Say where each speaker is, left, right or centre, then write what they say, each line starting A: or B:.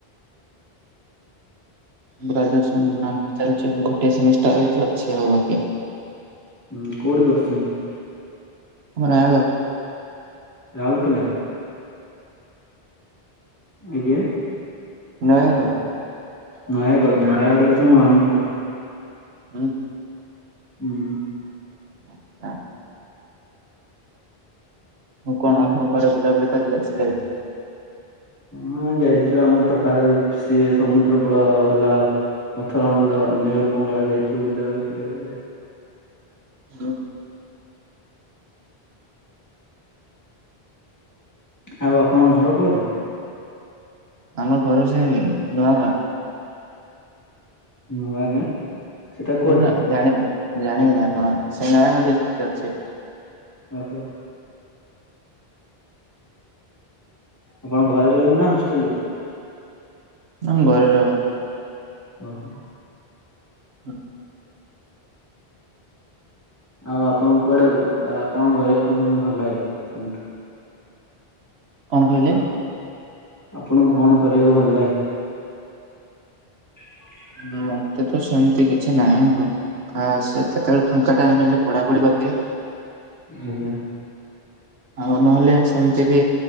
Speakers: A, on the right; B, on the left.
A: ଗ୍ରାଜୁଏସନ୍
B: ଉଁ
A: ଚାଲିଛି ଗୋଟିଏ ସେମିଷ୍ଟାର ହେଇଛି ଅଛି ଆଉ ବାକି
B: ହୁଁ କୋଉଠି କରୁଛନ୍ତି
A: ଆମ ନୟାଗଡ଼
B: ରାହୁଲକେଲା ଆଜଞ
A: ନା ହ
B: ନୟାଗଡ଼ ନୟାଗଡ଼ ହଉଛି ମୁଁ ଆମୁ ଘର
A: ହଁ
B: ହୁଁ।
A: ଆଚଛା। ମୁଁ କଣ
B: ହୁଁ
A: ଆପଣ କୁଆଡେ ବୁଲାବୁଲି କରି ଯାଇଥିଲି।
B: ହଁ ଯାଇଥିଲୁ ଆମର ତ ପାରା ସିଏ ସମୁଦ୍ର କୂଳ ହେଲା ଆ ପଥର ମନ୍ଦ ନେହରୁ ବଙ୍ଗଳା ଯାଇଥିଲୁ ବୁଲିବା ବୁଲି କରିବାକୁ ଆଉ।
A: ହୁଁ।
B: ଆଉ ଆପଣଙ୍କ ଘର କେଉଁଠି?
A: ଆମର ଘର ସେନି ନୂଆ ଗାଁ।
B: ନୂଆଁ ଗାଁ। ସେଟା କୁଆଡେ
A: ସେ ଜାଣିବିନି ଜାଣିବିନି ଆପଣ ସେ ନ <unintelligible> ଅଛି।
B: <unintelligible> ଆପଣ ଘରେ ଯିବି ନା ହଷ୍ଟେଲ ରେ?
A: ଆମ ଘରେ ରହେ।
B: ଓହୋ।
A: ହୁଁ।
B: ଆଉ ଆପଣଙ୍କୁ କୁଆଡେ କଣ କରିବା କ ଭଲ ଲାଗେ ସବୁଠୁ?
A: କଣ କହିଲେ?
B: ଆପଣଙ୍କୁ କଣ କରିବାକୁ ଭଲ ଲାଗେ? <unintelligible>
A: ହୁଁ ମତେ ତ ସେମିତି କିଛି ନାହିଁ। ଆ ସେ କେତେବେଳେ ଫାଙ୍କା ଟାଇମ୍ ହେଲେ ପଢ଼ାପଢ଼ି କରିଦିଏ।
B: ଆଜ୍ଞା।
A: ଆଉ ନହେଲେ ସେମିତି କି